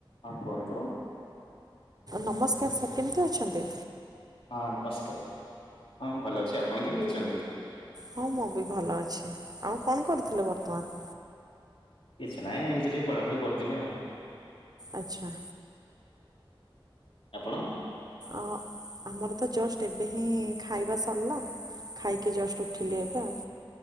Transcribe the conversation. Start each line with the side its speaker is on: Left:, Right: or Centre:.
Left: ହଁ କୁହନ୍ତୁ।
Right: ନମସ୍କାର ସାର୍, କେମିତି ଅଛନ୍ତି?
Left: ହଁ ନମସ୍କାର, ହଁ ଭଲ ଅଛି ଆପଣ କେମିତି ଅଛନ୍ତି?
Right: ହଁ ମୁଁ ବି ଭଲ ଅଛି, ଆଉ କଣ କରୁଥିଲେ ବର୍ତ୍ତମାନ?
Left: କିଛି ନାହିଁ ଏମିତି ଟିକେ ପଢ଼ାପଢ଼ି କରୁଥିଲି ଆଉ।
Right: ଆଚ୍ଛା।
Left: ଆପଣ
Right: ଆ ଆମର ତ ଜଷ୍ଟ ଏବେ ହିଁ ଖାଇବା ସରିଲା ଖାଇକି ଜଷ୍ଟ ଉଠିଲି ଏବେ ଆଉ।